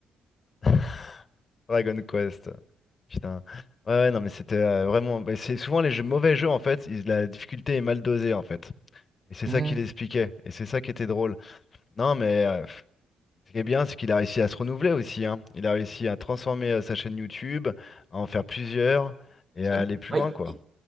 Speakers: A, on the left; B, on the right.
A: <laughs> Dragon Quest. Putain. Ouais, ouais, non, mais c'était euh, vraiment. bah, c'est souvent les jeux, mauvais jeux, en fait, ils- la difficulté est mal dosée, en fait. Et c'est
B: Mhm.
A: ça qu'il expliquait. Et c'est ça qui était drôle. Non, mais. Ce qui est bien, c'est qu'il a réussi à se renouveler aussi, hein. Il a réussi à transformer euh, sa chaîne YouTube, à en faire plusieurs et à
B: Ok.
A: aller plus
B: Bah,
A: loin, quoi.
B: il